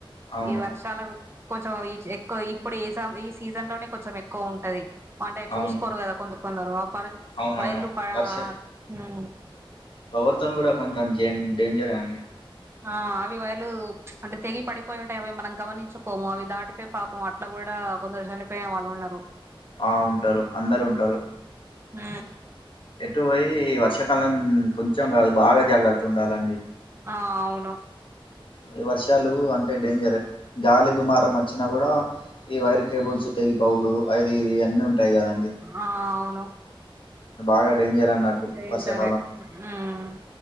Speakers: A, on the left (about 65°); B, on the right (about 25°).
A: అవును
B: ఈ వర్షాలు కొంచెం ఎక్కువ ఇప్పుడు ఏ ఈ సీజన్ లోనే కొంచెం ఎక్కువ ఉంటది అంటే చూసుకోరు
A: అవును
B: కదా కొందరు కొందరు పర
A: అవునవును
B: వైర్లు ప
A: వర్ష
B: హు
A: పవర్తో కూడా కొంచెం డేంజరే అండి
B: ఆ అవి వైర్లు అంటే తెగి పడిపోయి ఉంటాయి అవి మనం గమనించుకోము అవి దాటితే పాపం అట్లా కూ డా కొందరు చనిపోయినవాళ్ళు ఉన్నారు
A: ఆ ఉంటారు అందరు ఉంటారు
B: మ్
A: ఇటు పోయి ఈ వర్షాకాలం కొంచెం కాదు బాగా జాగ్రత్త ఉండాలండి
B: అ అవును
A: ఈ వర్షాలు అంటే డేంజర్ గాలి దుమారం వచ్చినా కూడా ఈ వైర్
B: ఇప్
A: కేబుల్స్ తెగిపోవుడు అది ఇది అన్నీ ఉంటాయి కదండి
B: ఆ అవును
A: బాగా డేంజర్ అన్నట్టు
B: చుఇంచాలే
A: వర్షాకాలం
B: మ్